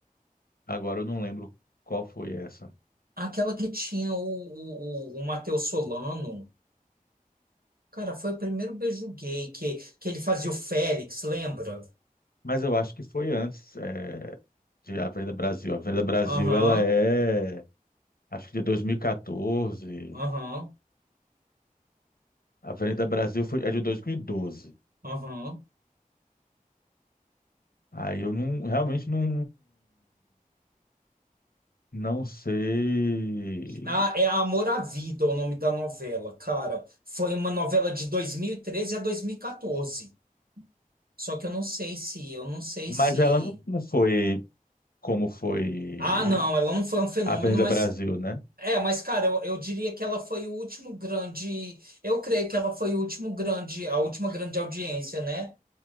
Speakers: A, on the left (about 85°); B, on the right (about 80°).
A: Agora eu não lembro qual foi essa.
B: Aquela que tinha o, o, o, o Matheus Solano. Cara, foi o primeiro beijo gay que, que ele fazia o Félix, lembra?
A: Mas eu acho que foi antes eh, de A Venda Brasil. A Venda Brasil,
B: Aham,
A: ela é, acho que de 2014.
B: aham,
A: A Venda Brasil foi, é de dois mil e doze
B: aham.
A: Aí eu não, realmente não, não sei.
B: Ah, é Amor à Vida o nome da novela, cara. Foi uma novela de 2013 a 2014. Só que eu não sei se, eu não sei
A: Mas
B: se.
A: ela não, não foi como foi
B: Ah, não, ela não foi um fenômeno,
A: A Venda
B: mas.
A: Brasil, né?
B: É, mas, cara, eu, eu diria que ela foi o último grande. Eu creio que ela foi o último grande, a última grande audiência, né?